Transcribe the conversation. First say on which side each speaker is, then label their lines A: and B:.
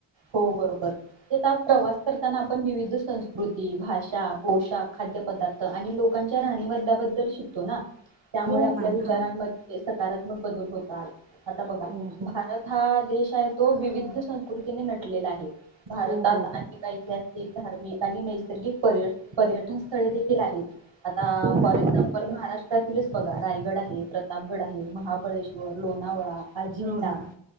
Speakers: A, on the right (about 70°); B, on the right (about 20°).
A: हो बरोबर ते प्रवास करताना आपण विविध संस्कृती भाषा पोषाख खाद्य पदार्थ आणि लोकांच्या राहणीमान बद्दल शिकतो ना त्यामुळे
B: हो
A: आपल्या
B: मॅम
A: विचारांमध्ये
B: हा
A: सकारात्मक बदल होतात आता बघा
B: हो हो
A: भारत हा देश आहे तो विविध संस्कृती नटलेला आहे भारतात
B: हो हो
A: अनेक ऐतिहासिक धार्मिक आणि नैसर्गिक पर्यटन स्थळे देखील आहेत आता
B: हो
A: फॉर
B: मॅम
A: एक्झाम्पल महाराष्ट्रात तिच बघा रायगड आहे प्रतापगड आहे महाबळेश्वर लोणावळा अजिंठा
B: लोणार